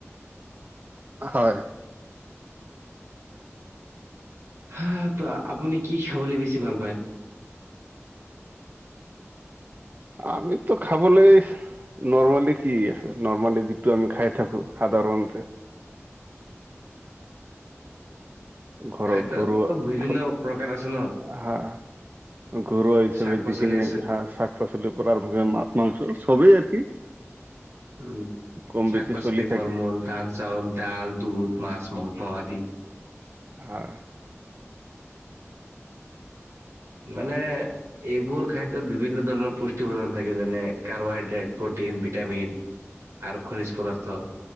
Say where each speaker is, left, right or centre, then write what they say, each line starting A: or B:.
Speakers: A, on the right (about 40°); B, on the right (about 75°).
A: হয়।
B: হা, ত' আপুনি কি খাবলৈ বেছি ভাল পায়?
A: আমিতো খাবলেই নৰ্মেলী কি আছে, নৰ্মালি যিটো আমি খাই থাকো সাধাৰণতে ঘৰত
B: খাদ্যতো
A: গৰু <unintelligible>
B: বিভিন্ন প্ৰকাৰ আছে ন?
A: হা ঘৰুৱা হিচাপে
B: শাক পাচলি
A: যিখিনি
B: আছে।
A: হা শাক পাচলি কৰা <unintelligible> মাছ - মাংস চবেই আৰ কি
B: উম।
A: কম
B: শাক
A: বেছি
B: পাচলি,
A: চলি
B: ফল
A: থাকে।
B: মূল, ধান চাউল, ডাল দুধ, মাছ মংস আদি
A: হয়।
B: মানে এইবোৰ খাদ্যত বিভিন্ন ধৰণৰ পুষ্টি প্ৰদান থাকে যেনে কাৰবাৰ <unintelligible> প্ৰটিন ভিটামিন আৰু খনিজ পদাৰ্থ